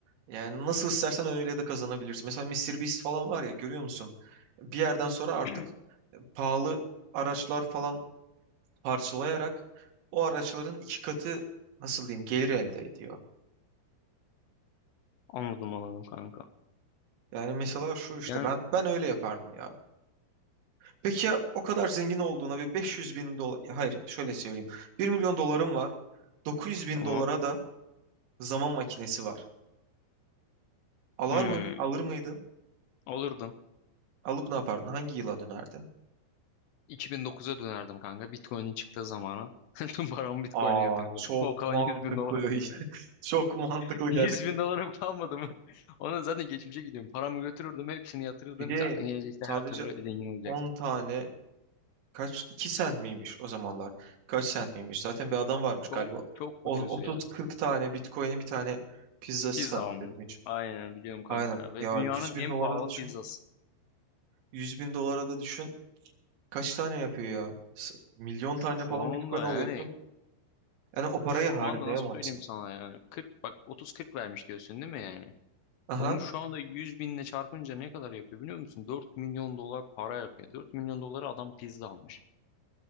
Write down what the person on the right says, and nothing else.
yani nasıl istersen öyle de kazanabilirsin. Mesela Mister Beast falan var ya görüyor musun? Bir yerden sonra artık
pahalı araçlar falan parçalayarak o araçların iki katı nasıl diyeyim gelir elde ediyor.
Yani mesela şu işte
ben ben öyle yapardım ya. Peki ya o kadar zengin olduğuna bir 500 bin dolar hayır şöyle söyleyeyim. bir milyon dolarım var. 900 bin
dolara da Zaman makinesi var. Alar
mı, alır mıydın?
Alıp ne yapardın? Hangi yıla dönerdin?
Aa
çok
mantıklı.
<laughs> Çok mantıklı
gerçekten.
Bir de
sadece
on tane kaç 2 sent miymiş o zamanlar? Kaç sent miymiş? Zaten bir adam varmış
galiba.
O
otuz
kırk tane Bitcoin'i bir tane pizza sipariş
etmiş.
Aynen.
Ya
100 bin
dolara
da düşün.
yüz bin dolara da düşün. Kaç tane yapıyor ya? S- Milyon tane
falan
Bitcoin alıyorsun.
Yani o parayı
harcayamazsın.
Aha